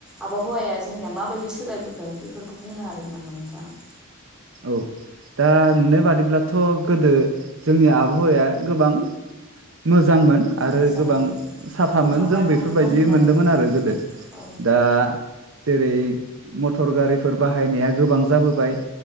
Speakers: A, in the centre; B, on the right.
A: आबहावाया जोंनिया माबायदि सोलायबोखो बेफोरखौ बुंनो हागोन नामा नोंथाङा?
B: औ दा नुनाय बादिब्लाथ' गोदो जोंनि आबहावाया गोबां मोज जांमोन आरो
A: मोजांमोन
B: गोबां साफामोन
A: बिफां
B: जों
A: लाइफांबो
B: बेफोरबायदि
A: दंमोन
B: मोनदोंमोन
A: आरोना
B: आरो गोदो
A: औ
B: दा जेरै मटर गारिफोर बाहायनाया गोबां जाबोबाय